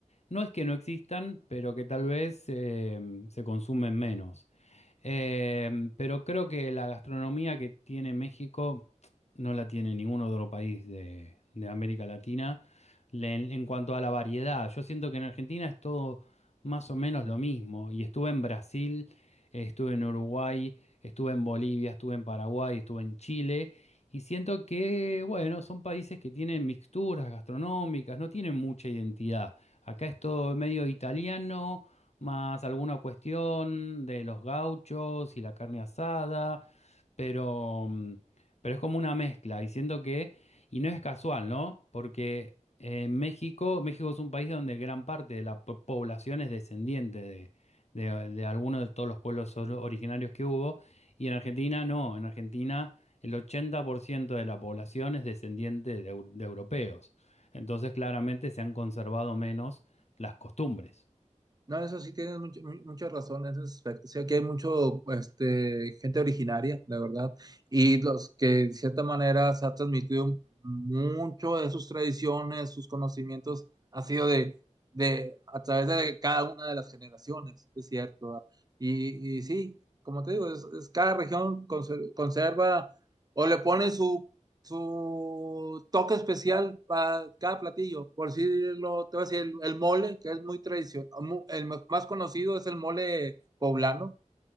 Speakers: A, on the left (about 60°); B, on the right (about 30°).
A: no es que no existan, pero que tal vez eh, se consumen menos. Eh, pero creo que la gastronomía que tiene México no la tiene ningún otro país de, de América Latina Le- en, en cuanto a la variedad. Yo siento que en Argentina es todo más o menos lo mismo. Y estuve en Brasil, eh, estuve en Uruguay, estuve en Bolivia, estuve en Paraguay, estuve en Chile. Y siento que, bueno, son países que tienen mixturas gastronómicas, no tienen mucha identidad. Acá es todo medio italiano, más alguna cuestión de los gauchos y la carne asada, pero, mm, pero es como una mezcla, y siento que, y no es casual, ¿no? Porque en México, México es un país donde gran parte de la po- población es descendiente de, de, de alguno de todos los pueblos or- originarios que hubo, y en Argentina no, en Argentina el 80% de la población es descendiente de eu- de europeos. Entonces, claramente se han conservado menos las costumbres.
B: No, eso sí tienes mucho- mu- mucha razón en ese aspecto. Sí, aquí hay mucho, este, gente originaria, la verdad, y los que de cierta manera se ha transmitido mucho de sus tradiciones, sus conocimientos, ha sido de, de a través de cada una de las generaciones, es cierto. ¿verdad? Y, y sí, como te digo, es, es cada región conser- conserva o le pone su su toque especial para cada platillo. Por decirlo, te voy a decir, el, el mole, que es muy tradicional, mu- el ma- más conocido es el mole poblano.